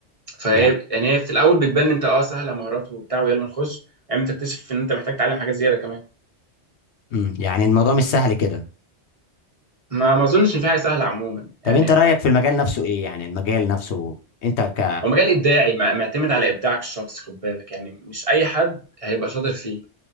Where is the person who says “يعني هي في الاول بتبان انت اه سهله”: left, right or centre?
Right